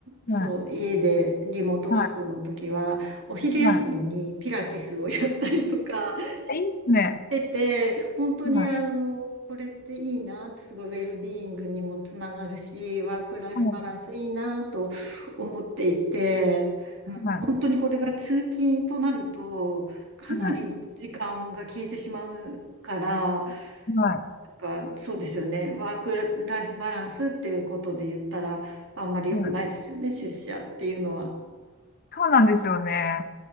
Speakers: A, on the right (about 60°); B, on the left (about 45°).
A: そう、
B: はい、
A: 家でリモートワークの時は、
B: は
A: お昼休みにピラティスをやったりとかし
B: い、はい。いいですね。
A: てて、本当にあの、
B: はい、
A: これっていいなって、すごいウェルビーイングにもつながるし、ワークライフバランスいいなと思っていて、
B: はい、はい、
A: 本当にこれが通勤となると、かなりの時間が消えてしまうから、
B: は
A: な
B: い、はい。
A: んかそうですよね、ワークライフバランスっていうことで言ったら、あんまり良くないですよね、
B: はい
A: 出社っていうのは。
B: そうなんですよね。